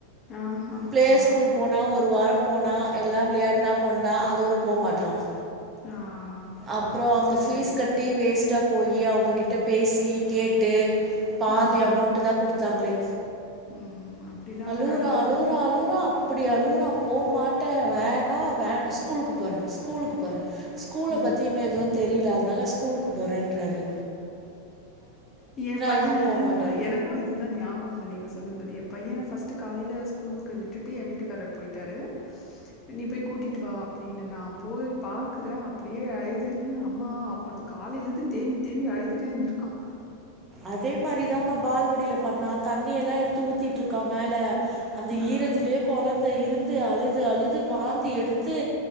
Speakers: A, on the left; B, on the right.
A: ஆஹா
B: பிளே
A: ஆ
B: ஸ்கூல் போனா ஒரு வாரம் போனா எல்லா வெளையாண்டா கொண்டா அதோட போ மாட்றான்
A: ஆ
B: அப்ரோ அங்க
A: சரி
B: பீஸ்
A: சரிங்க.
B: கட்டி வேஸ்ட்டா போயி அவுங்க கிட்ட பேசி கேட்டு பாதி
A: ஆ.
B: அமௌண்ட் தா குடுத்தாங்களே
A: ம். அப்படிதாங்க
B: அலூரா
A: நடக்குது.
B: அலூரா அலூரா அப்டி அலுவரா போமாட்டே வேனா வேன் ஸ்கூல்க்கு போறே ஸ்கூலுக்கு போறே ஸ்கூல
A: ம்.
B: பத் ன்னு தெரில அதனால ஸ்கூல்க்கு போறேன்றாரு
A: என் பையன்
B: அதுவும் போக மாட்டார்
A: எனக்கும் இது தா ஞாபகம் வருது நீங்க சொல்ர மாரியே பையன ஃபஸ்ட்டு காலைல ஸ்கூல்க்கு விட்டுட்டு என் வீட்டுக்காரர் போயிட்டாரு நீ போய் கூட்டிட்டு வா அப்டின்னு நா போய் பாக்கற அப்டியே அயுதுன்னு அம்மா அப்ப காலைலந்து தேம்பி தேம்பி அழுதுட்டே இந்துருக்கான்
B: அதே மாரி தா பா பால்வடில பண்ணா தண்ணி எல்லா எடுத்து ஊத்திட்டுருக்கான் மேல அந்த
A: ஆ,
B: ஈரத்தலயே கொழந் இருந்து அழுது அழுது வாந்தி எடுத்து